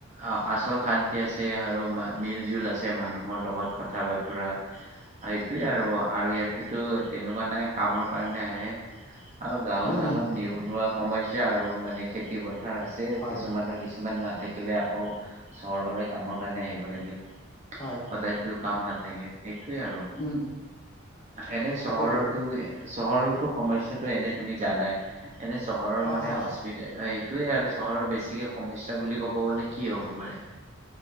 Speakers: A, on the right (about 35°); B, on the left (about 20°).
A: অ' আচল শান্তি আছে আৰু মা মিলজুল আছে মানুহৰ লগত কথা বাতোৰা সেইটোৱে আৰু। আৰু ইয়াতেটো তেনেকুৱা নাই, কামৰ কাৰণে আহে। আৰু গাঁৱত
B: হম
A: অলপ
B: হম
A: নিবনুৱা সমস্যা আৰু মানে খেতি পথাৰ আছে
B: হয়
A: কিছুমানৰ, কিছুমান নাট থাকিলে আকৌ, চহৰলৈ কামৰ কাৰণে, আহিব লাগিল।
B: হয়।
A: সদায়তো কাম নাথাকে সেইটোৱে আৰু
B: উম উম
A: এনে চহৰৰটো
B: তাকেইতো
A: চহৰৰটো সমস্যাটো এনে তুমি জানাই। এনে চহৰৰ
B: হয়
A: মানে
B: হয়
A: হছ সেইটোৱে আৰু চহৰৰ বেছিকে সমস্যা বুলি ক'ব গ'লে কি হ'ব পাৰে।